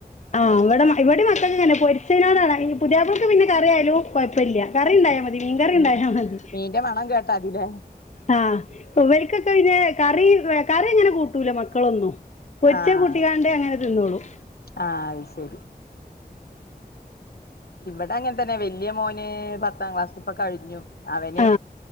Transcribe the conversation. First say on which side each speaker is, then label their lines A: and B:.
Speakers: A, on the left (about 45°); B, on the left (about 75°).
A: ആഹ് ഇവിടെ ഇവിടെ മത്തങ്ങങ്ങെന്നെ പൊരിച്ചിനോടാണ് പുതിയാപ്ലക്ക് പിന്നെ കറിയാലും കൊഴപ്പല്ല്യ കറി ഉണ്ടായാൽ മതി മീൻ കറി
B: മീ
A: ഉണ്ടായാ മതി
B: മീന്റെ മണം കേട്ടാ മതില്ലേ
A: ആ ഇവര്ക്കൊക്കെ പിന്നെ കറി കറി അങ്ങനെ കൂട്ടൂല മക്കളൊന്നും പൊരിച്ച
B: ആഹ്
A: കൂട്ടികാണ്ട് അങ്ങനെ തിന്നോളും
B: ആഹ് അത് ശരി ഇവിടെ അങ്ങനെ തന്നെ വല്ല്യ മോ ഏ പത്താം ക്ലാസ്സിപ്പ കഴിഞ്ഞു അവന്
A: ആ